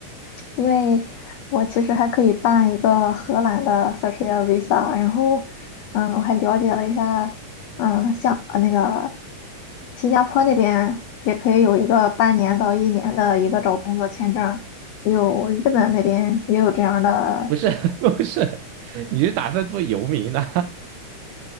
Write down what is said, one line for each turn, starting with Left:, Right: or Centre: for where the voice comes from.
Left: 因为我其实还可以办一个荷兰的 Search Air Visa，然后，嗯，我还了解了一下，嗯，像呃那个新加坡那边也可以有一个半年到一年的一个找工作签证，也有日本那边也有这样的，
Right: 不是 <laughs> 不是，你是打算做游民呢、